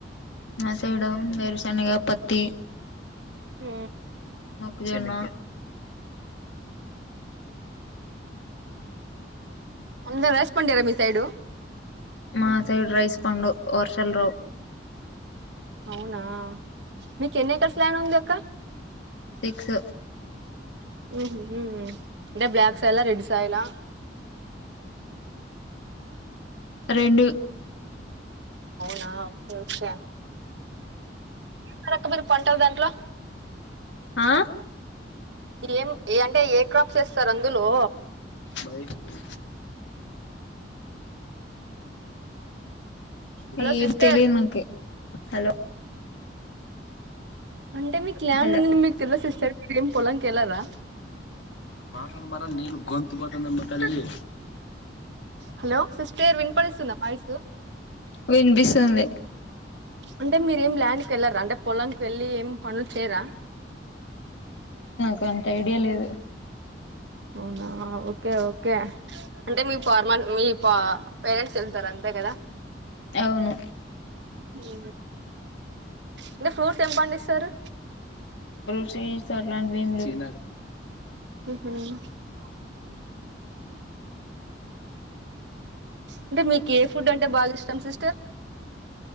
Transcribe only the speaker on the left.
మా సైడ్ వేరుసనగా పత్తి
మొక్కజొన్న
మా సైడ్ రైస్ పండవు వర్షల్ రావు
సిక్స్
రెండు
ఆ
బయటికి
ఏం
తెలిన్ నోనుకి హలో
హలో
మాటన్ మాడ నీళ్లు గొంతు బోతన్దన్ అమ్మ తల్లి
వినిపిస్తుంది
తో అంత ఐడియా లేదు
అవును
కొన్ని సీడ్స్ అట్లాంటివి ఏం లేవు